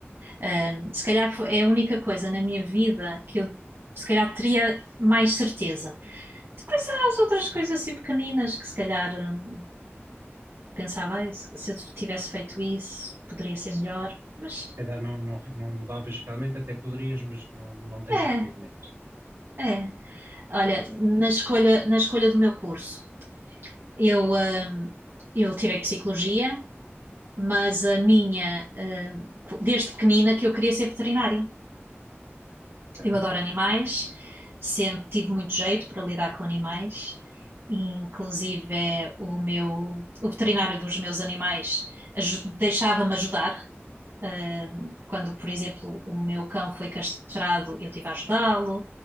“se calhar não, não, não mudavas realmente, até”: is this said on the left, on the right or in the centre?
Right